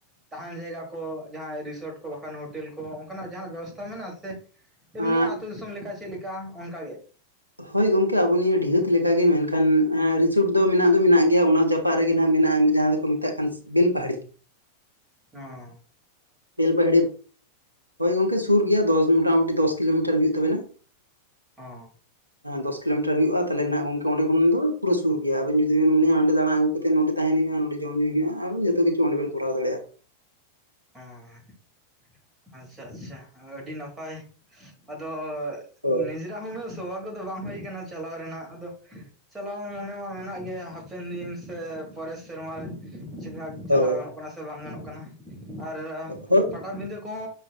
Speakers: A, on the right; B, on the right.
A: ᱛᱟᱦᱮᱱ ᱡᱟᱭᱜᱟ ᱠᱚ ᱡᱟᱦᱟᱸᱭ ᱨᱤᱥᱚᱴ ᱠᱚ ᱵᱟᱠᱷᱟᱱ ᱦᱳᱴᱮᱞ ᱠᱚ ᱚᱱᱠᱟᱱᱟᱜ ᱡᱟᱦᱟᱸᱱᱟᱜ ᱵᱮᱵᱚᱥᱛᱟ ᱢᱮᱱᱟᱜᱼᱟ ᱥᱮ ᱮᱢᱱᱤ
B: ᱟᱸ
A: ᱟᱹᱛᱩ ᱫᱤᱥᱚᱢ ᱞᱮᱠᱟ ᱪᱮᱫᱞᱮᱠᱟ ᱚᱱᱠᱟᱜᱮ
B: ᱦᱳᱭ ᱜᱚᱢᱠᱮ ᱟᱵᱚ ᱱᱤᱭᱟᱹ ᱰᱤᱦᱟᱹᱛ ᱞᱮᱠᱟᱜᱮ ᱢᱮᱱᱠᱷᱟᱱ ᱨᱤᱥᱳᱴ ᱫᱚ ᱢᱮᱱᱟᱜ ᱫᱚ ᱢᱮᱱᱟᱜ ᱜᱮᱭᱟ ᱚᱱᱟ ᱡᱟᱯᱟᱜ ᱨᱮᱜᱮ ᱱᱟᱦᱟᱜ ᱢᱮᱱᱟᱜᱼᱟ ᱡᱟᱦᱟᱸ ᱫᱚ ᱠᱚ ᱢᱮᱛᱟᱜ ᱠᱟᱱ ᱵᱮᱞ ᱯᱟᱦᱟᱲᱤ
A: ᱚᱸ
B: ᱵᱮᱞᱯᱟᱦᱟᱲᱤ ᱦᱳᱭ ᱜᱚᱝᱠᱮ ᱥᱩᱨ ᱜᱮᱭᱟ ᱫᱚᱥ ᱢᱳᱴᱟᱢᱩᱴᱤ ᱫᱚᱥ ᱠᱤᱞᱳᱢᱤᱴᱟᱨ ᱦᱩᱭᱩᱜ ᱛᱟᱵᱮᱱᱟ᱾
A: ᱚᱸ
B: ᱫᱚᱥ ᱠᱤᱞᱳᱢᱤᱴᱟᱨ ᱦᱩᱭᱩᱜᱼᱟ ᱛᱟᱦᱚᱞᱮ ᱱᱟᱜ ᱜᱚᱝᱠᱮ ᱚᱸᱰᱮ ᱠᱷᱚᱱ ᱫᱚ ᱯᱩᱨᱟᱹ ᱥᱩᱨ ᱜᱮᱭᱟ ᱟᱵᱮᱱ ᱡᱩᱫᱤ ᱵᱮᱱ ᱢᱚᱱᱮᱭᱟ ᱚᱸᱰᱮ ᱫᱟᱬᱟ ᱟᱜᱩ ᱠᱟᱛᱮ ᱱᱚᱰᱮ ᱛᱟᱦᱮᱱ ᱦᱩᱭᱩᱜᱼᱟ᱾ ᱡᱚᱢ ᱧᱩ ᱦᱩᱭᱩᱜᱼᱟ ᱟᱨ ᱡᱚᱛᱚ ᱠᱤᱪᱷᱩ ᱚᱸᱰᱮ ᱵᱮᱱ ᱠᱚᱨᱟᱣ ᱫᱟᱲᱮᱭᱟᱜᱼᱟ᱾
A: ᱚᱸ ᱟᱪᱪᱷᱟ ᱟᱪᱪᱷᱟ ᱟᱹᱰᱤ ᱱᱟᱯᱟᱭ ᱟᱫᱚ
B: ᱦᱳᱭ
A: ᱱᱤᱡᱮ ᱩᱱᱟᱹᱜ ᱥᱳᱵᱷᱟᱜᱜᱚ ᱫᱚ ᱵᱟᱝ ᱦᱩᱭ ᱠᱟᱱᱟ ᱪᱟᱞᱟᱣ ᱨᱮᱱᱟᱜ ᱟᱫᱚ ᱪᱟᱞᱟᱣ ᱢᱚᱱᱮ ᱢᱟ ᱢᱮᱱᱟᱜ ᱜᱮ ᱦᱟᱯᱮᱱ ᱫᱤᱱ ᱥᱮ ᱯᱚᱨᱮᱨ ᱥᱮᱨᱢᱟ ᱨᱮ ᱪᱮᱫ ᱞᱮᱠᱟ
B: ᱦᱳᱭ
A: ᱪᱟᱞᱟᱣ ᱜᱟᱱᱚᱜ ᱠᱟᱱᱟ ᱥᱮ ᱵᱟᱝ ᱜᱟᱱᱚᱜ ᱠᱟᱱᱟ ᱟᱨ
B: ᱦᱳᱭ
A: ᱯᱟᱴᱟᱵᱤᱸᱰᱟᱹ ᱠᱚ